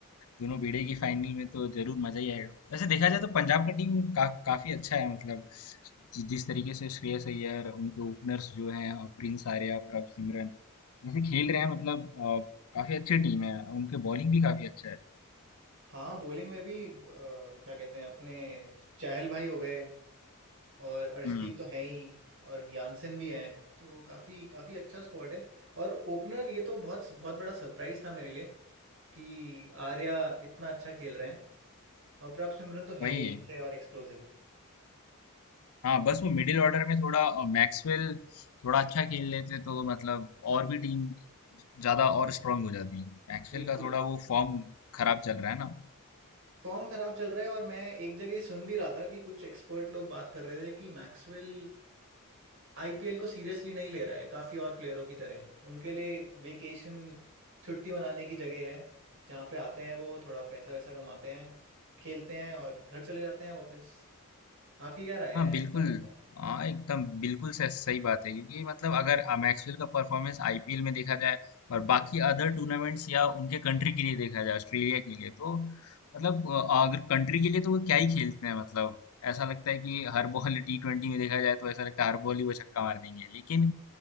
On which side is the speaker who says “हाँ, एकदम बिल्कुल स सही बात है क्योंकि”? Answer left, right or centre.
Left